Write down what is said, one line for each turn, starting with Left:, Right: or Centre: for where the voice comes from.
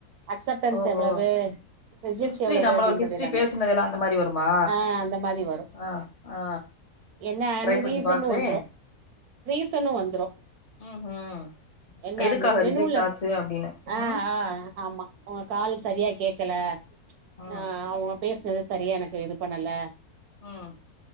Right: அக்சப்டன்ஸ்
Left: ஓஹோ
Right: எவ்வளவு ரிஜக்ட்
Left: ஹிஸ்ட்ரி
Right: எவ்வளவு
Left: நம்மள
Right: அப்படின்றது
Left: ஹிஸ்ட்ரி
Right: எல்லாமே
Left: பேசுனதுல அந்த மாரி வருமா
Right: ஆஹ் அந்த மாதிரி வரும்
Left: ஆ ஆ
Right: என்னன்னு
Left: ட்ரை பண்ணி
Right: ரீசனும்
Left: பாக்குறே
Right: வந்துரும் ரீசனும் வந்துரும்
Left: ம்ஹும்
Right: என்னன்னு
Left: எதுக்காக
Right: மெனுல
Left: ரிஜெக்ட் ஆச்சு அப்டின்னு
Right: ஆஹ்
Left: ம்
Right: ஆஹ் ஆமா உங்க கால் சரியா கேக்கல
Left: ம்
Right: ஆஹ் அவுங்க பேசுனது சரியா எனக்கு இது பண்ணல
Left: உம்